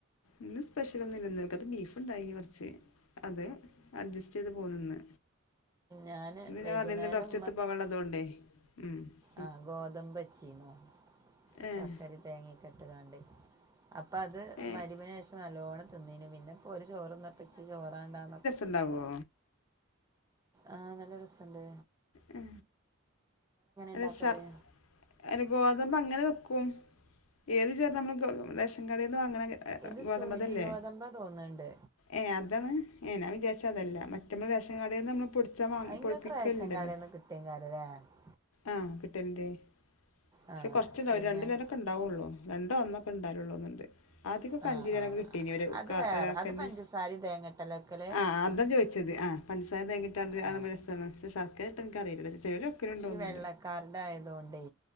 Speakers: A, on the left; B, on the right.
A: ഇന്ന് സ്പെഷ്യൽ ഒന്നും ല്ല ന്നൽക്ക ത്തെബീഫ്ണ്ടായി നു കുറച്ച് അത് അഡ്ജസ്റ്റ് ചെയ്ത് പോന്ന്
B: ഞാൻ
A: പിന്നെ
B: വൈകുന്നേരം
A: ഞാപറഞില്ലെ ന്ന്ഡോക്ടടുത്ത് പോകുള്ളതൊണ്ടേ ഉ
B: ആഹ ഗോതമ്പ്ച്ചീന്നുശർക്കരേം
A: ഏഹ്
B: തേങ്ങേംക്കെ ട്ടുങ്ങാണ്ട് അപ്പൊ അത്
A: ഏഹ്
B: മഗ്രിബിന്ശേഷം നല്ലോണം തിന്നീന് പിന്നെ ഇപ്പൊ ഓര്ചോറ്ന്നപ്പംച്ച് ചോറാണ്ടാന്ന
A: ഉണ്ടാവോ
B: ആഹ് നല്ല രസംണ്ട്
A: ആ
B: ഉണ്ടാക്കല്
A: എസർ അല്ല ഗോതമ്പ് അങ്ങനെ വെക്കും ഏത് ചേണം നമ്മൾ ക്ക്റേഷൻ കടേ ന്ന് വാങ്ങണ
B: ഇത്
A: ഗോതമ്പ്
B: സൂചി
A: അതല്ലേ
B: ഗോതമ്പ തോന്നണ്ട്
A: ഏ അതാണ് ഞാ വിചാരിച്ച അതല്ല മറ്റ നമ്മൾ റേഷൻ കടേന്ന് നമ്മൾ പൊിച്ചാവാ
B: നിങ്ങൾക്ക്
A: പൊടിപ്പിക്കൽണ്ടല്ലോ
B: റേഷൻ <unintelligible>
A: ആഹ് കിട്ടണണ്ട്. പക്ഷേ
B: ആ
A: കുറച്ച്ണ്ടാവ
B: ഈ
A: ഒരു രണ്ട്
B: ഞാൻ
A: പേരക്കെ ഉണ്ടാവുള്ളൂ. രണ്ടോ ഒന്നൊക്കെ ഉണ്ടായള്ളൂന്നുണ്ട്. ആദ്യക്കൊ
B: ആ
A: <unintelligible>
B: ആ
A: കിട്ടീ ഒരു
B: അത് വേറെ
A: ഒരാക്കന്നെ,
B: അത് പഞ്ചസാരയും തേങ്ങട്ടലൊക്കെ
A: ആഹ് അതാ ചോദി ച്ചത്. ആഹ് പഞ്ചസാര <unintelligible>
B: ആ
A: പക്ഷെ ശർക്കര ഇട്ടത് എനിക്ക് അറിയില്ല ചിലര് <unintelligible> ഒക്കലണ്ടോന്നണ്ട്
B: വെള്ളക്കാരടത് ആയത് കൊണ്ടേ